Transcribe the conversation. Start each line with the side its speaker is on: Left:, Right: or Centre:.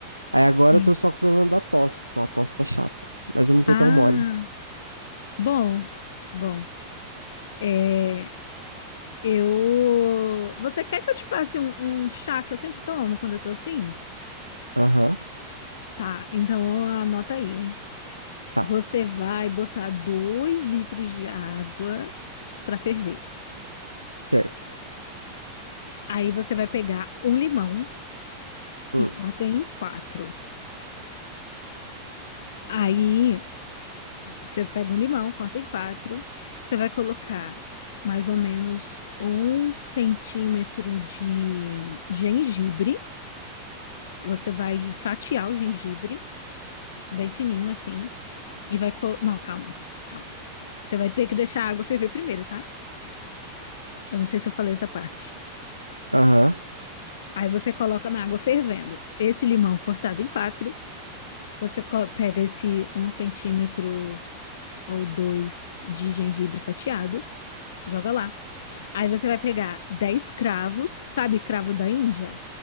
Right: Aí agora
Left: sim.
Right: eu tô só com o problema da tosse, só a tosse tá chata. Mas eu não tô
Left: Ah,
Right: tão mole.
Left: bom, bom. É, eu. Você quer que eu te passe um, um chá que eu sempre tomo quando eu tô assim?
Right: Aham,
Left: Tá, então anota aí, hein?
Right: tá,
Left: Você vai botar dois litros de água pra ferver.
Right: certo.
Left: Aí você vai pegar um limão
Right: Hum,
Left: e corta em quatro. Aí você pega um limão, corta em quatro. Você vai colocar mais ou menos um centímetro de gengibre. Você vai fatiar o gengibre, bem fininho assim. E vai. co- Não, calma, calma. Você vai ter que deixar a água ferver primeiro, tá? Eu não sei se eu falei essa parte.
Right: Aham,
Left: Aí você coloca na água fervendo esse limão cortado em quatro. Você co- pega esse um centímetro ou dois de gengibre fatiado, joga lá. Aí você vai pegar 10 cravos, sabe cravo da Índia?